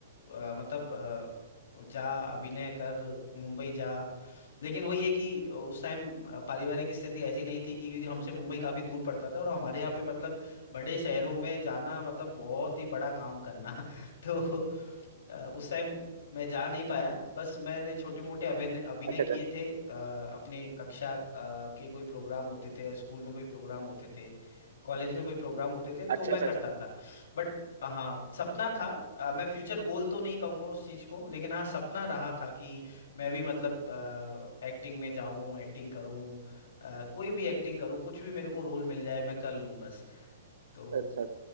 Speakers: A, on the left; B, on the right.
A: अ, मतलब अ, जा अभिनय कर मुंबई जा लेकिन वही है कि उस टाइम पारिवारिक स्थिति ऐसी नहीं थी कि क्योंकि हमसे मुंबई काफी दूर पड़ता था और हमारे यहाँ पे मतलब बड़े शहरों में जाना मतलब बहुत ही बड़ा काम करना <laughs> तो अ, उस टाइम मैं जा नहीं पाया बस मैंने छोटे मोटे अभिनय अभिनय
B: अच्छा
A: किए
B: कर
A: थे अ, अपने कक्षा अ, के कोई प्रोग्राम होते थे या स्कूल में कोई प्रोग्राम होते थे कॉलेज में कोई प्रोग्राम होते थे तो
B: अच्छा
A: मैं
B: अच्छा
A: करता
B: अच्छा
A: था बट हाँ सपना था अ, मैं फ्यूचर गोल तो नहीं कहूँगा उस चीज़ को लेकिन हाँ सपना रहा था कि मैं भी मतलब एक्टिंग में जाऊँ एक्टिंग करूँ अ, कोई भी एक्टिंग करूँ कुछ भी मेरे को रोल मिल जाए मैं कर लूँ बस तो
B: अच्छा अच्छा